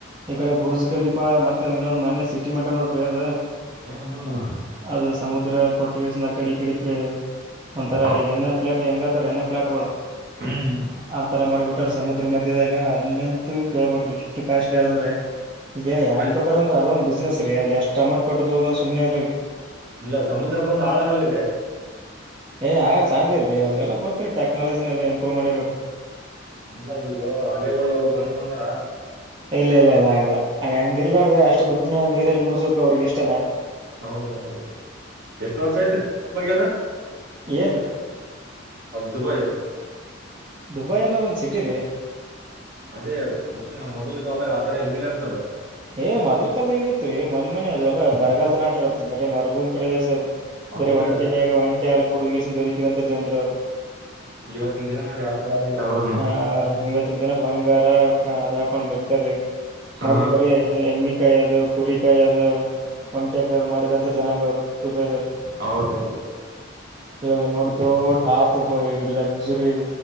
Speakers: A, on the right (about 25°); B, on the right (about 50°).
A: ಈ ಕಡೆ ಬುರ್ಜ್ ಖಲೀಫಾ ಮತ್ತೆ ಇನ್ನೊಂದ್ ಮನೆ ಸಿಟಿ ಮಂಟ ನೋಡ್ರಿ ಅದು
B: ಹ್ಮ್ ಹ್ಮ್
A: ಅದು ಸಮುದ್ರ ಕೊಟ್ಟ ಬಸ ಅ ಕಡೆ ಇ ಕಡೆಕ ಒಂಥರ
B: ಅವ್-
A: ಈಗ ಎಣೆ ಪ್ಲೇಟ್ ಹೆಂಗತ್ವ್ರ ಎಣ್ಣೇ ಪ್ಲಾಟ್ಗಳು
B: ಹ್ಮ್
A: ಆಂತರ ಮಾಡಿಬಿಟ್ಟ ಸಮುದ್ರ ಮಧ್ಯದಾಗ ಅಲ್ಲಂತೂ ಕೇಳ್ಬಡ್ರರು ಇಷ್ಟು ಕಾಸ್ಟ್ಲಿ ಅದಂದ್ರೆ ಈಗ ಯಾಕ
B: ಅಲ್ಲಿ
A: ತೋತಾರ ಅಂದ್ರೆ ಅದೊಂದ್ ಬಿಸ್ನೆಸ್ ರೀ ಅಲ್ಲಿ ಅಷ್ಟ್ ೊ ಸುಮನಾರಲ್ಲಿ
B: ಇಲ್ಲ ಸಮುದ್ರಕ್ಕೊಂದು ಹಾಳಾಗಲಿಲ್ಲ
A: ಏ ಆಗಕ್ ಸಾಧ್ಯ ಇಲ್ರರಿ ಅವ್ರಿಗೆಲ್ಲ ಗೊತ್ತರಿ ಟೆಕ್ನಾಲಜಿನ ಎಲ್ಲಾ ಇಂಪ್ರೂವ್ ಮಾಡ್ಯರ ಅವರು
B: ಎಲ್ಲ ಈಗ ಹಲೆಗಳು ಬಂದ ಅಂದ್ರ
A: ಇಲ್ಲ ಇಲ್ಲ ಇಲ್ಲ ಆಗಲ್ಲ ಹಂಗಿರ್ಲಾರ್ದ ಅಷ್ಟು ದುಡ್ನ ನೀರಲ್ಲಿ ಮುಣಸಕ ಅವ್ರಿಗೆ ಇಷ್ಟನ
B: ಹೌದೌದು ಎಷ್ಟು ವರ್ಷ ಆಯತ್ರಿ ಬದ
A: ಏನ್ರಿ
B: ಅದು ದುಬೈ
A: ದುಬೈ ಅನ್ನೋದೊಂದು ಸಿಟಿ ರೀ
B: ಅದೇ ನು ಮೊದ್ ಕಾಲದಾಗ ಆತರ ಇದ್ದಿಲ್ಲ ಅಂತದ
A: ಏ ಮೊದಲು ಕಾಲಲ್ದ ಇಐತ್ರಿ ಮನ್ ಮನೆ ಅದಲ್ಲ ಬರಗಾಲದ ನಟರ್ ಅದ್ ಬರ ಮರುಭೂಮಿ ಪ್ರದೇಶ ಅದು ಬರೀ
B: ಹೌದ್ರಿ
A: ಒಂಟಿ
B: ಅದೇ
A: ಮೇಗ
B: ಅಂತ
A: ಒಂಟಿ ಹಾಲ ಕೊಡುಗಸ ಬದುಕಿದಂತ ಜನ್ರ ಅವ್ರರು
B: ಇವತ್ತಿನ ದಿನ ನೋಡಿ ಯಾವ ತರ ಆಗ್ಯಾರ ಅವ್ರುನು
A: ಹಾ ಇವತ್ತಿನ ದಿನ ಬಂಗಾರ ಅದ ಹಾಕೊಂಡ್ ಬಿರ್ತಾರೀ
B: ಹಾ
A: ಬರೇ ಎಮ್ಮಿಕಾಯಿ ಅದು ಕುರಿಕಾಯಿ ಅದು ಒಂಟೆಕಾಯಿ್ ಮಾಡಿದಂತ ಜನಾಂಗ ಅವ್ರು ದುಬೈದವ್ರು
B: ಹೌದದೇ
A: ಇವಾಗ ನೋಡ್ತು ಟಾಪ್ಪರ್ ಲಕ್ಸರಿ